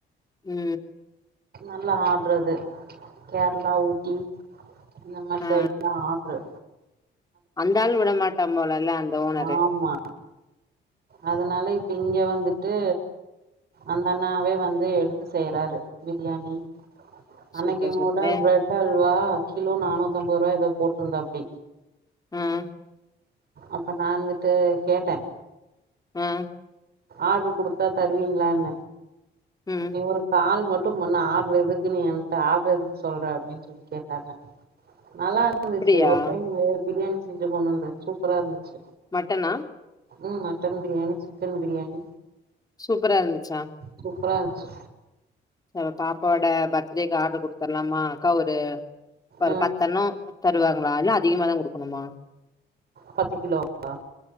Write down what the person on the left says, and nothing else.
ம்
ஆ
அந்த ஆள் விட மாட்டான் போல இல்ல அந்த ஓனரு
சூப்பர் சூப்பரு
ம்
ம்
ம்
அப்டியா
மட்டனா
சூப்பரா இருந்துச்சா
அ பாப்பாவோட பர்த்டேக்கு ஆட்ரு குடுத்தர்லாமா அக்கா ஒரு இப்ப ஒரு
பத்தணு தருவாங்களா இல்ல அதிகமாதா குடுக்கணுமா